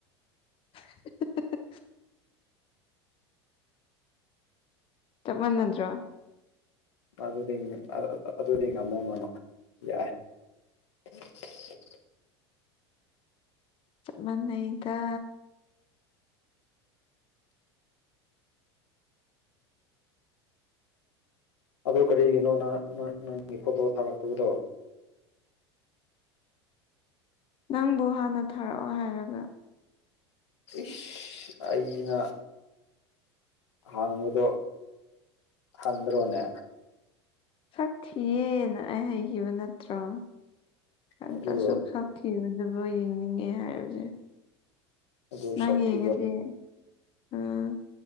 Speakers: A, on the left; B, on the left.
A: <inaudible> ꯆꯞ ꯃꯥꯟꯅꯗ꯭ꯔꯣ
B: ꯑꯗꯨꯗꯤ ꯑꯗꯨꯗꯤ ꯉꯝꯃꯣꯅꯅ ꯌꯥꯏ <unintelligible>
A: ꯆꯞ ꯃꯅꯩꯗ
B: ꯑꯗꯨ ꯀꯔꯤꯒꯤꯅꯣ ꯅꯪ ꯅꯪꯒꯤ ꯐꯣꯇꯣ ꯊꯥꯔꯛꯇꯕꯗꯣ
A: ꯅꯪꯕꯨ ꯍꯥꯟꯅ ꯊꯥꯔꯛꯑꯣ ꯍꯥꯏꯔꯒ
B: ꯏꯁ ꯑꯩꯅ ꯍꯥꯡꯕꯗꯣ ꯍꯪꯗ꯭ꯔꯣꯅꯦ
A: ꯁꯛ ꯊꯤꯌꯦꯅ ꯑꯩ ꯍꯩꯈꯤꯕ ꯅꯠꯇ꯭ꯔꯣ ꯑꯗꯨꯁꯨꯛ
B: ꯑꯗꯨ
A: ꯊꯤꯕꯗꯨꯕꯨ ꯌꯦꯡꯅꯤꯡꯉꯦ ꯍꯥꯏꯕꯁꯦ
B: ꯑꯗꯨ
A: ꯅꯪ
B: ꯁꯛꯊꯤꯕ
A: ꯌꯦꯉꯗꯤ ꯎꯝ